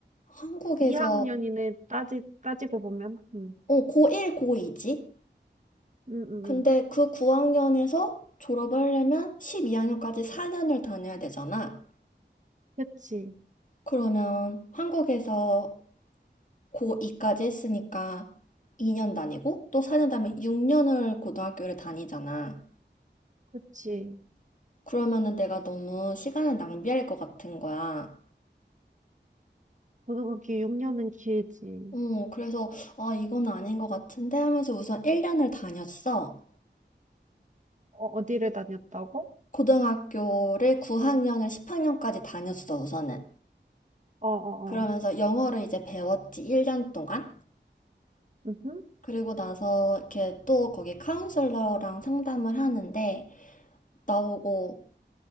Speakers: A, on the left; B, on the right.
A: 한국에서
B: 2학년이네, 따지, 따지고 보면. 음.
A: 어, 고1, 고2지?
B: 응응
A: 근데
B: 응.
A: 그 9학년에서 졸업을 하려면 12학년까지 4년을 다녀야 되잖아.
B: 그치,
A: 그러면 한국에서 고2까지 했으니까 2년 다니고 또 4년 다음에 6년을 고등학교를 다니잖아.
B: 그치.
A: 그러면은 내가 너무 시간을 낭비할 것 같은 거야.
B: 고등학교 6년은 길지.
A: 어, 그래서 아, 이건 아닌 것 같은데 하면서 우선 1년을 다녔어.
B: 어, 어디를 다녔다고?
A: 고등학교를 9학년을 10학년까지 다녔어, 우선은.
B: 어어어.
A: 그러면서 영어를 이제 배웠지, 1년 동안.
B: 응흠
A: 그리고 나서 이렇게 또 거기 카운슬러랑 상담을 하는데 나오고